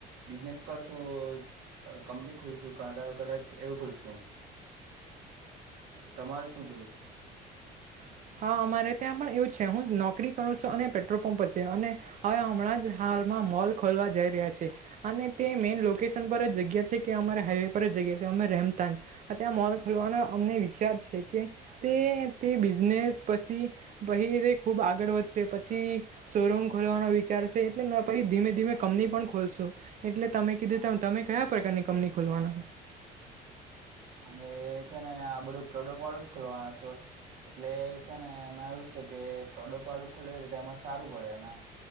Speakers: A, on the right (about 70°); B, on the right (about 50°).
A: બિઝનેસ કરશું કંપની ખુલશું ક કદાચ એવું ખુલશું
B: <inaudible>
A: તમારું શું કેવું છે
B: હા અમારે ત્યાં પણ એવું છે હું નોકરી કરું છું અને પેટ્રોલ પંપ છે અને હવે આપણા જ હાલમાં મોલ ખોલવા જઈ રહ્યા છે અને તે મેઈન લોકેશન પર જ જગ્યા છે કે અમારે હાઈવે પર જગ્યા છે અમે રેમતાજ ત્યાં મોલ ખોલ પણ અમને વિચાર છે કે તે તે બિઝનેસ પછી પછ તે ખુબ આગળ વધશે પછી શોરૂમ ખોલવાનો વિચારશે એટલે પછી ધીમે ધીમે કંપની પણ ખોલશો એટલે તમે કીધું ત તમે કયા પ્રકારની કંપની ખોલવાના
A: અમે છે ને આ બધું પ્રોડક્ટ વાળું જ ખોલવાનું છો. એટલે છે ને એમાં એવુ છે કે પ્રોડક્ટ વાળું ખોલે એમાં સારું પડે એમાં